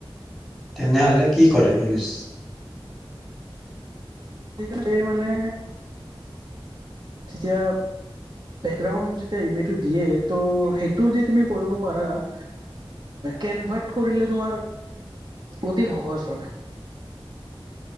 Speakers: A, in the centre; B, on the right.
A: তেনেহ'লে কি কৰে ইউজ
B: আজিকালি মানে যেতিয়া বেকগ্ৰাউড যেতিয়া ইমেজটো দিয়ে ত সেইটোদি তুমি কৰিব পাৰা এ কেনভাৰট কৰিলে তোমাৰ অতি সহজ হয়